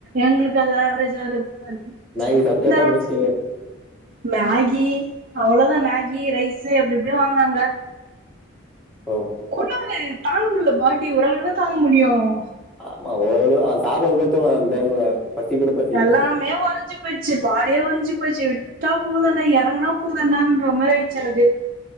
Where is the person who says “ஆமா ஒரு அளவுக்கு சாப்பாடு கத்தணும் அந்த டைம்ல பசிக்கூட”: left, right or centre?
Centre